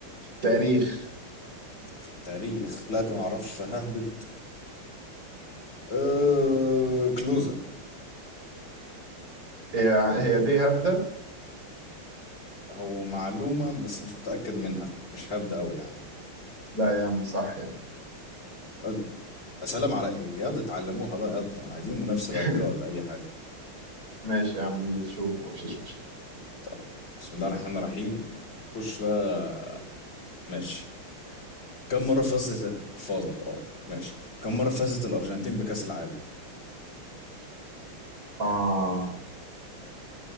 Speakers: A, on the right; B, on the left.
A: تاريخ
B: في التاريخ لا دي معرفش ههبد أه كلوزة
A: هي هي دي هبدة؟
B: هو معلومة بس مش متأكد منها مش هبدأ أوي يعني
A: لا يا عم صح يعني
B: قل- سلام على إيه ياض اتعلموها بقى ياض عايزين منافسة
A: <laughs>
B: بقى كده ولا أي حاجة
A: ماشي يا عم اللي تشوفه مفيش مشكلة
B: طيب بسم الله الرحمن الرحيم خش بقى ماشي كم مرة فازت فازت اه ماشي كم مرة فازت الأرجنتين بكأس العالم
A: آه